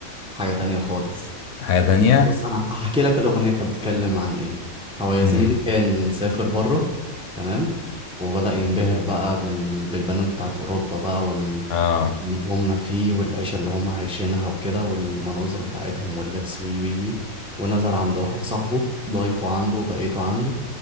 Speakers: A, in the centre; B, on the left.
A: حاجة تانية خالص
B: حاجه تانية
A: بص أنا هحكي لك الأغنية كانت بتتكلم عن إيه هو يا
B: امم
A: زميلي كان سافر بره تمام وبدأ ينبهر بقى بال... بالبنات بتاعت أوروبا بقى
B: اه
A: اللي هم فيه والعيشة اللي هم عايشينها وكده والمناظر بتاعتهم واللبس وي وي وي ونزل عند واحد صاحبه ضايفه عنده وبقيته عنده